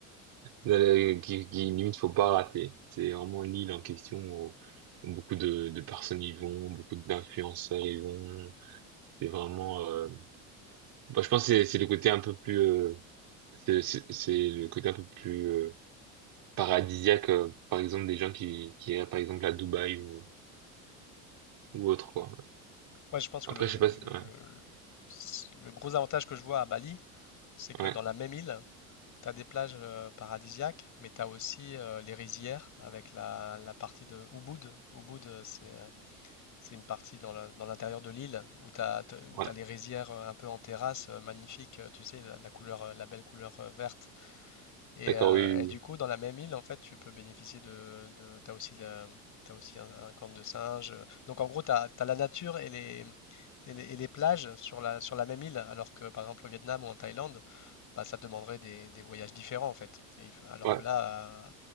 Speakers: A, on the right (about 55°); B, on the left (about 45°).
A: euh, qui, qui limite faut pas rater. C'est vraiment l'île en question où, où beaucoup de, de personnes y vont, beaucoup d'influenceurs y vont. C'est vraiment, euh, bah, je pense que c'est c'est le côté un peu plus, euh, c'est c'est- c'est le côté un peu plus euh, paradisiaque, euh, par exemple des gens qui qui iraient par exemple à Dubaï ou ou autre quoi.
B: Ouais, je pense que
A: Après
B: le,
A: je sais pas, si-
B: le-
A: ouais,
B: le gros avantage que je vois à Bali, c'est que
A: ouais,
B: dans la même île, tu as des plages euh, paradisiaques, mais tu as aussi euh, les rizières avec la, la partie de Ubud. Ubud, euh, c'est euh, c'est une partie dans la- dans l'intérieur de l'île où tu as, où
A: ouais,
B: tu les rizières euh, un peu en terrasse, euh, magnifiques, euh, tu sais, la, la couleur, euh, la belle couleur euh, verte et,
A: d'accord,
B: euh,
A: oui, oui,
B: et du coup, dans la même île, en fait, tu peux bénéficier de, de t'as aussi la- t'as aussi un, un camp de singes. euh. Donc en gros, t'as, t'as la nature et les, et les, et les plages sur la, sur la même île, alors que par exemple au Vietnam ou en Thaïlande, bah, ça demanderait des, des voyages différents en fait. Et il faut- alors
A: oui.
B: que
A: ouais,
B: là,